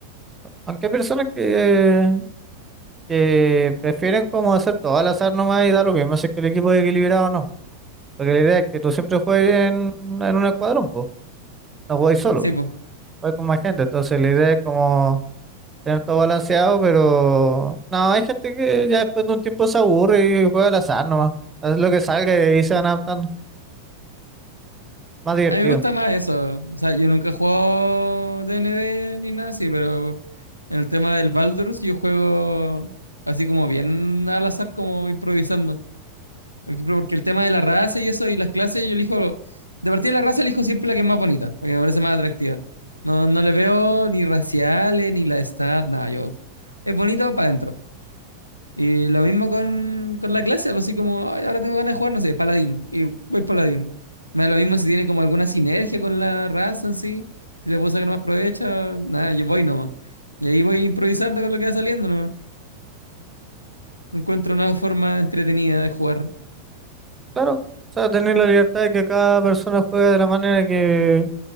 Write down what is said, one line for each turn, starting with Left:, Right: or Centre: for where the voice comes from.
Right: Aunque hay personas que, que prefieren como hacer todo al azar nomás y da lo mismo si es que el equipo es equilibrado o no. Porque la idea es que tú siempre juegues
Left: Yo.
Right: en, en un escuadrón, pues, no juegues solo,
Left: Sí, po.
Right: juegas con más gente. Entonces, la idea es como tener todo balanceado, pero no, hay gente que ya después de un tiempo se aburre y juega al azar nomás. Hace lo que salga y ahí se van adaptando. Más divertido.
Left: A mí me gusta más eso. O sea, yo nunca he jugado DND ni nada así, pero en el tema del Baldur's yo juego así como bien al azar, como improvisando. Porque, porque el tema de la raza y eso y las clases, yo elijo, de partida de la raza elijo siempre la que es más bonita, la que me parece más atractiva. No, no le veo ni raciales, ni la edad, nada, yo, es bonito para adentro. Y lo mismo con, con la clase, pues así como, "Ay, ahora tengo ganas de jugar, no sé, paladín, y voy paladín. Me da lo mismo si tiene como alguna sinergia con la raza en sí, si le puedo sacar más provecho, nada, yo voy nomás. Y ahí voy improvisando con lo que va saliendo nomás. Encuentro una forma entretenida de jugar.
Right: Claro, o sea, tener la libertad de que cada persona juegue de la manera que,